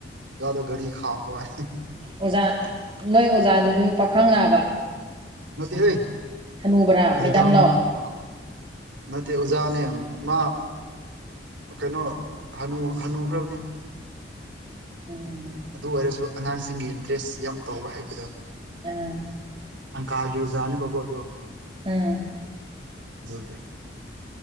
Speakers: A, on the right (about 85°); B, on the right (about 30°).
A: ꯀꯥꯟꯗ <inaudible> ꯒꯥꯔꯤ ꯈꯥꯝꯕ ꯍꯥꯏ
B: ꯑꯣꯖꯥ ꯅꯣꯏ ꯑꯣꯖꯥꯗꯨꯁꯨ ꯄꯥꯈꯪ ꯂꯥꯕ
A: ꯅꯠꯇ‌ꯦꯍ‌ꯦ
B: ꯍꯅꯨꯕ꯭ꯔꯥ
A: ꯃ‍ꯦꯗꯥꯝ
B: ꯃꯦꯗꯥꯝꯂꯣ
A: ꯍ ꯅꯠꯇꯦ ꯑꯣꯖꯥꯅ‌ꯦ ꯑꯝ ꯃꯥ ꯀꯩꯅꯣ ꯍꯅꯨ ꯍꯅꯨꯈ꯭ꯔꯅꯤ
B: ꯎꯝ
A: ꯑꯗꯨ ꯑꯣꯏꯔꯁꯨ ꯑꯉꯥꯡꯁꯤꯡꯒꯤ ꯏꯟꯇ꯭ꯔꯦꯁ ꯌꯥꯝ ꯇꯧꯕ ꯍꯥꯏꯕꯗꯣ
B: ꯑꯥ
A: ꯑꯪ ꯀꯥꯒꯤꯨꯖꯥꯅꯤꯕꯣ ꯑꯗꯨ
B: ꯎꯝ
A: <inaudible>